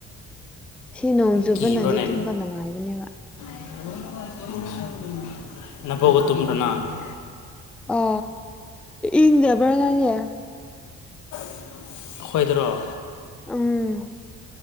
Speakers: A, in the centre; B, on the left.
A: ꯁꯤ ꯅꯣꯡ ꯆꯨꯕꯅꯗꯤ
B: ꯀꯤꯕ꯭ꯔꯣꯅꯦ
A: ꯇꯨꯝꯕ ꯅꯨꯡꯉꯥꯏꯕꯅꯦꯕ
B: <unintelligible>
A: ꯑ ꯏꯪꯗꯕꯔꯦ
B: ꯑꯩꯈꯣꯏꯗꯔꯣ
A: ꯎꯝ